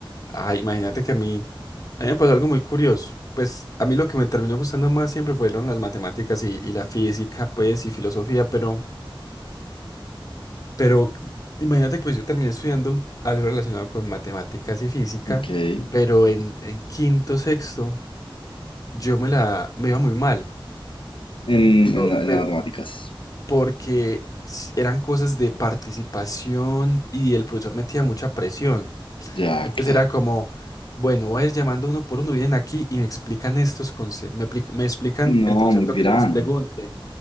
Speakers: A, on the left (about 40°); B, on the left (about 65°).
A: Ah, imagínate que a mí, a mí me pasó algo muy curioso. Pues a mí lo que me terminó gustando más siempre fueron las matemáticas y, y la física, pues, y filosofía, pero, pero imagínate que pues yo terminé estudiando un- algo relacionado con matemáticas y física,
B: Ok. En,
A: pero en, en quinto, sexto, yo me la, me iba muy mal.
B: en,
A: No,
B: la- en
A: pero
B: las matemáticas.
A: porque s- eran cosas de participación y el profesor metía mucha presión.
B: Ya,
A: Entonces
B: claro.
A: era como, bueno, voy a ir llamando uno por uno, vienen aquí y me explican estos conceptos, me, pli- me explican
B: No,
A: el concepto
B: muy pirano.
A: que yo les pregunte,